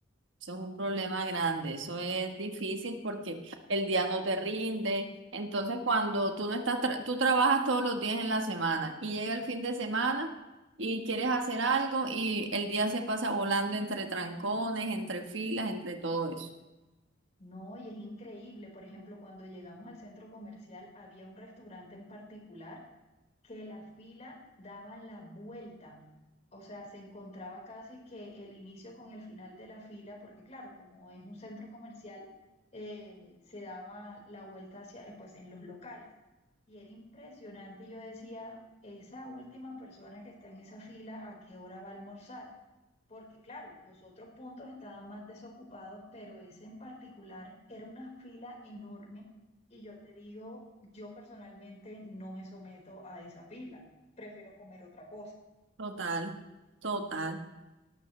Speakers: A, on the right; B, on the left.
A: Eso es un problema grande, eso es difícil porque el día no te rinde. Entonces, cuando tú no estás, tra- tú trabajas todos los días en la semana y llega el fin de semana y quieres hacer algo y el día se pasa volando entre trancones, entre filas, entre todo eso.
B: No, y es increíble. Por ejemplo, cuando llegamos al centro comercial, había un restaurante en particular que la fila daba la vuelta. O sea, se encontraba casi que el inicio con el final de la fila, porque claro, como es un centro comercial, eh, se daba la vuelta hacia, eh, pues, en los locales. Y era impresionante. Yo decía, esa última persona que está en esa fila, ¿a qué hora va a almorzar? porque claro, los otros puntos estaban más desocupados, pero ese en particular era una fila enorme y yo te digo, yo personalmente no me someto a esa fila, prefiero comer otra cosa.
A: Total, total.